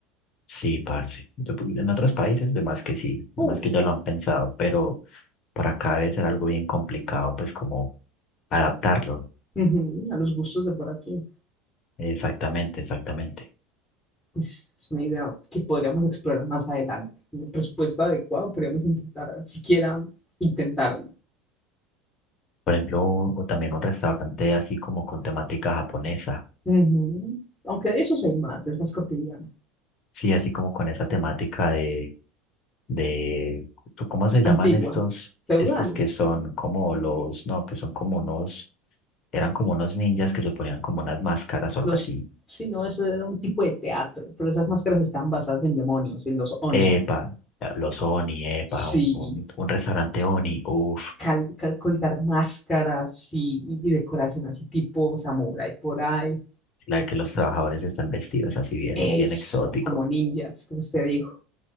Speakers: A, on the left (about 45°); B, on the left (about 15°).
A: Sí, parce. Yo pu- en otros países, de más que sí, de
B: Oh,
A: más que ya
B: claro.
A: lo han pensado, pero para acá debe ser algo bien complicado, pues como adaptarlo.
B: Ujú, a los gustos de por aquí.
A: Exactamente, exactamente.
B: pues Es una idea que podríamos explorar más adelante. Un presupuesto adecuado, podríamos intentar, siquiera intentarlo.
A: Por ejemplo, o también un restaurante así como con temática japonesa
B: Ujú. Aunque de esos hay más, es más cotidiano.
A: Sí, así como con esa temática de, de, ¿tú- ¿cómo se llaman
B: Antigua,
A: estos?
B: feudal,
A: Estos que son como los, no, que son como unos, eran como unos ninjas que se ponían como unas máscaras o algo
B: los...
A: así.
B: Sí, no, eso era un tipo de teatro, pero esas máscaras estaban basadas en demonios, en los oni.
A: Epa, eh, los Oni, epa,
B: Sí,
A: un, un, un restaurante Oni, uff,
B: cal- cal- colgar máscaras, sí, y decoración así tipo samurai por ahí.
A: la que los trabajadores están vestidos así bien,
B: Eso,
A: bien exótico.
B: como ninjas, como usted dijo.